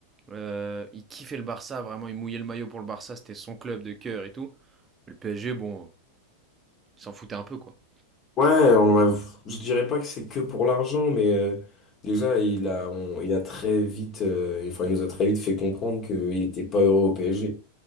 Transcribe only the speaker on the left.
ouais, on a, je dirais pas que c'est que pour l'argent, mais euh, déjà il a, on- il a très vite, euh, enfin il nous a très vite fait comprendre qu'il n'était pas heureux au PSG.